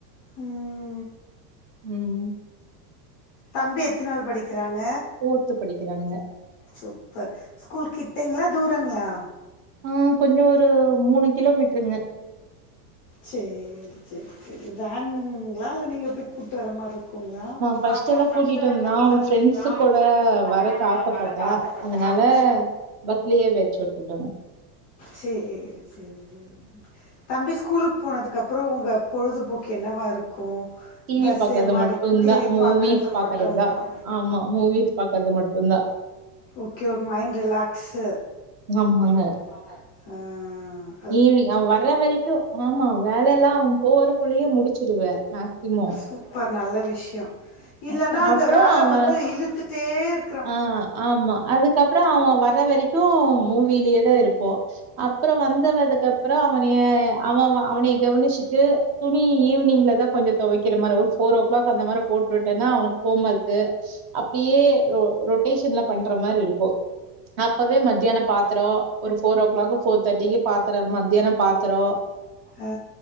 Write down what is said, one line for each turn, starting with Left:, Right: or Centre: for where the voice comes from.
Left: ம்ம்
Right: ம்
Left: தம்பி எத்தனாவது படிக்கிறாங்க
Right: ஃபோர்த்து படிக்கிறானுங்க
Left: சூப்பர் ஸ்கூல் கிட்டேங்ளா தூரங்ளா
Right: ஆ கொஞ்சோ ஒரு மூணு கிலோ மீட்டருங்க
Left: சேரி சேரி சேரி வேன்ங்கல இல்ல நீங்க போய் கூட்டு வர்ற மாரி இருக்
Right: ஃபர்ஸ்ட்
Left: ஆமா
Right: எல்லாம்
Left: ஃப்ஸ்ட்டெல்லா
Right: வந்தான்.
Left: கூட்டிட்டு
Right: அவன்
Left: வந்துருக்குலா
Right: ஃப்ரெண்ட்ஸ் கூட
Left: ஃப்ரன்ஸ் கூட
Right: வரக்கு ஆசைப்பட்டா.
Left: வரத்துக் ஆசப்
Right: அதனால பஸ்லயே வச்சு விட்டுட்டோங்க.
Left: சேரி சேரி சேரி தம்பி ஸ்கூலுக்கு போனதுக்கு அப்புறோ உங்க பொழுதுபோக்கு என்னவாருக்கு
Right: டிவி
Left: ங்க
Right: பாக்கறது
Left: சே மாரி
Right: மட்டுந்தா
Left: டிவி
Right: மூவிஸ்
Left: பாக்கறது
Right: பாக்கறதுதா
Left: மட்டும்தான்
Right: ஆமா மூவிஸ் பாக்கறது மட்டுந்தா
Left: ஓகே ஒரு மைண்ட் ரிலாக்ஸு
Right: ஆமாங்க
Left: ம் ம்
Right: ஈவினிங் அவ வர்ற வரைக்கு ஆமா வேலெல்லா அவ போறக்குள்ளேயே முடிச்சிருவே மேக்சிமம்
Left: சூப்பர் நல்ல விஷ்யோ இல்லன்னா அந்த
Right: அப்றோ
Left: வேல
Right: அவ
Left: வந்து இழுத்துட்டே இரு
Right: ஆ ஆமா அதுக்கப்புறோ அவ வர வரைக்கு க்கு மூவிலயே தா இருப்போ அப்புறோ வந் துக்கப்புறோ அவனயே அவ அவனை கவனிச்சுட்டு துணி ஈவினிங்ல தா கொஞ்சோ தொவைக்கிற மாதிரி ஃபோ ஓ கிளாக் அந்த மாரி போட்டு உட்டேன்னா அவனுக்கு ஹோம் ஒர்க் அப்டியே ரொட்டேஷன்ல பண்ற மாரி இருக்கு போ அப்பவே மத்தியான பாத்திரோ ஒரு ஃபோர் ஓ கிளாக் ஃபோர் தேர்ட்டிக்கி பாத்திரோ மத்தியான பாத்திரோ
Left: ஆ